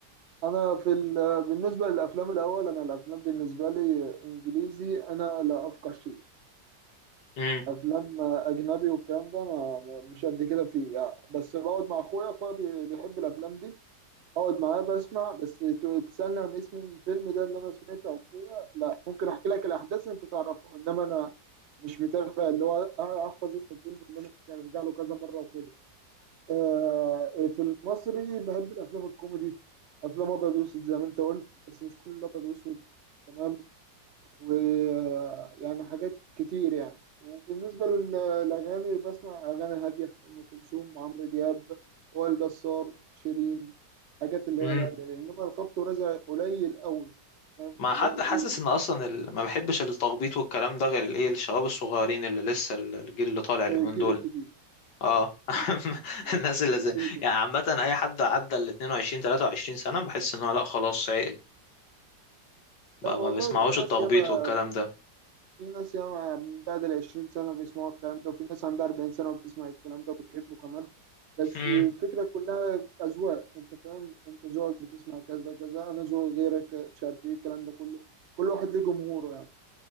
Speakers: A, on the right (about 80°); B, on the left (about 70°).
A: انا في ال... بالنسبه للافلام الاول انا الافلام بالنسبه لي انجليزي انا لا افقه شيء
B: امم
A: افلام اجنبي والكلام ده انا مش قد كده فيه يعني بس بقعد مع اخويا اخويا بي- بيحب الافلام دي اقعد معاه بسمع بس ت- تسالني عن اسم الفيلم ده اللي انا سمعته او كده لا ممكن احكي لك الاحداث انت تعرفها انما انا مش متابع اللي هو احفظ اسم الفيلم اللي انا ممكن ارجع له كذا مره وكده آه، في المصري بحب الافلام الكوميدي افلام ابيض واسود زي ما انت قلت بس مش كل الابيض واسود تمام ويعني حاجات كتير يعني وبالنسبه لل- للاغاني بسمع اغاني هاديه ام كلثوم عمرو دياب وائل جسار شيرين حاجات اللي
B: امم
A: هي الهاديه دي. انما الخبط والرزع قليل قوي فاهم
B: ما
A: قليل
B: حد حاسس
A: إيه،
B: إن أصلا ال... ما بحبش التخبيط والكلام ده غير الإيه الشباب الصغيرين اللي لسه ال- الجيل اللي طالع اليومين
A: الجيل
B: دول
A: الجديد
B: اه
A: الجيل الجديد
B: <laughs>
A: لا
B: الناس اللي زي
A: الجيل الجديد.
B: يعني عامة أي حد عدى ال 22 23 سنة بحس إن هو لا خلاص عقل ما
A: لا،
B: ما
A: والله
B: بيسمعوش
A: في ناس
B: التخبيط
A: ياما
B: والكلام ده
A: في ناس ياما من بعد ال 20 سنة بيسمعوا الكلام ده وفي ناس عندها 40 سنة وبتسمع الكلام ده وبتحبه كمان بس
B: امم
A: الفكرة كلها أذواق أنت فاهم أنت ذوقك بتسمع كذا كذا أنا ذوقي غيرك مش عارف إيه الكلام ده كله كل واحد ليه جمهوره يعني